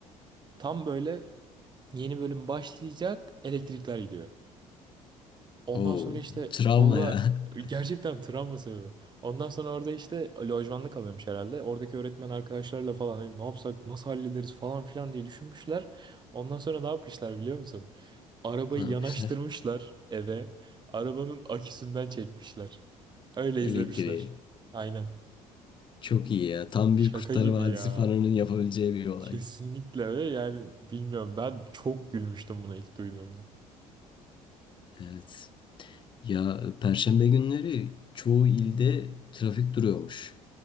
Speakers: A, on the right (about 25°); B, on the left (about 30°).
A: Tam böyle yeni bölüm başlayacak elektrikler gidiyor. Ondan
B: Oo,
A: sonra işte
B: travma
A: o da
B: ya. <laughs>
A: gerçekten travma sebebi. Ondan sonra orada işte lojmanda kalıyormuş herhalde. Oradaki öğretmen arkadaşlarla falan hani ne yapsak nasıl hallederiz falan filan diye düşünmüşler. Ondan sonra ne yapmışlar biliyor musun? Arabayı
B: Ne yapmışlar?
A: yanaştırmışlar eve. Arabanın aküsünden çekmişler. Öyle
B: Elektriği.
A: izlemişler. Aynen.
B: Çok iyi ya. Tam
A: Şaka
B: bir Kurtlar
A: gibi
B: Vadisi
A: ya.
B: fanının yapabileceği bir olay.
A: Kesinlikle ve yani bilmiyorum ben çok gülmüştüm buna ilk duyduğumda.
B: Evet. Ya Perşembe günleri çoğu ilde trafik duruyormuş.